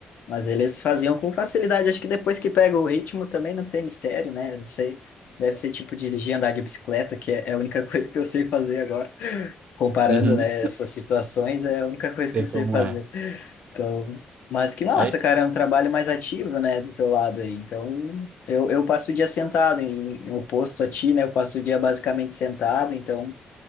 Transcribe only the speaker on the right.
Uhum,
sei
como
é.
Aí,